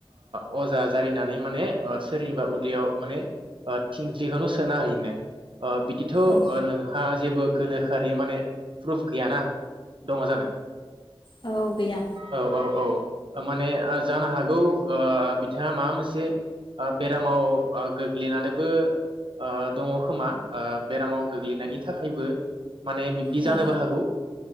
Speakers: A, on the right (about 60°); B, on the left (about 60°).
A: ओ अजा जारिनानै माने सोरनिबा उदैयाव माने ओ थिंखिखौनो सोना होयोनो ओ बिदिथ'
B: औ
A: नोंहा जेबो गोनोखोआरि माने प्रुफ गैयाना दङ जानो
B: औ गैया
A: औ औ औ ओ माने ओ जानो हागौ ओ बिथाङा माबा मोनसे ओ बेरामाव गोग्लैनानैबो ओ दङ खोमा ओ बेरामाव गोग्लैनायनि थाखायबो माने बिब्दि
B: औ
A: जानोबो हागौ